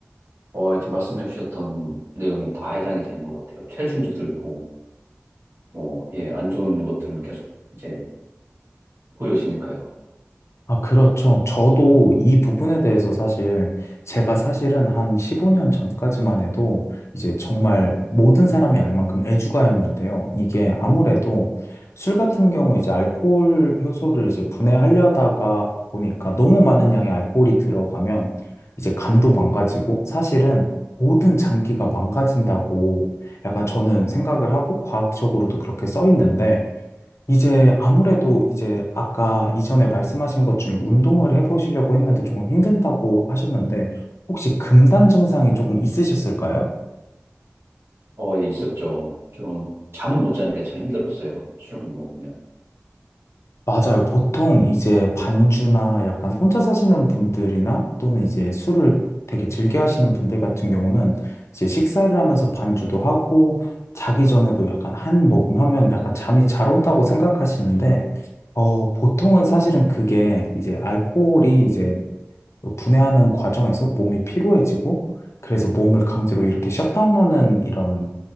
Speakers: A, on the right; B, on the left.
A: 어, 지금 말씀해 주셨던 내용이 다 해당이 되는 것 같아요. 체중도 들고, 뭐, 예, 안 좋은 것들은 계속 이제 보여지니까요.
B: 아, 그렇죠. 저도 이 부분에 대해서 사실 제가 사실은 한 15년 전까지만 해도 이제 정말 모든 사람이 알 만큼 애주가였는데요. 이게 아무래도 술 같은 경우 이제 알코올 효소를 이제 분해하려다가 보니까 너무 많은 양의 알코올이 들어가면 이제 간도 망가지고 사실은 모든 장기가 망가진다고 약간 저는 생각을 하고 과학적으로도 그렇게 써 있는데 이제 아무래도 이제 아까 이전에 말씀하신 것 중에 운동을 해보시려고 했는데 조금 힘든다고 하셨는데 혹시 금단 증상이 조금 있으셨을까요?
A: 어, 예, 있었죠. 좀 잠을 못 자는 게 참 힘들었어요. 술을 못 먹으면.
B: 맞아요. 보통 이제 반주나 약간 혼자 사시는 분들이나 또는 이제 술을 되게 즐겨 하시는 분들 같은 경우는 이제 식사를 하면서 반주도 하고 자기 전에도 약간 한 모금 하면 약간 잠이 잘 온다고 생각하시는데 어, 보통은 사실은 그게 이제 알코올이 이제 분해하는 과정에서 몸이 피로해지고 그래서 몸을 강제로 이렇게 셧다운하는 이런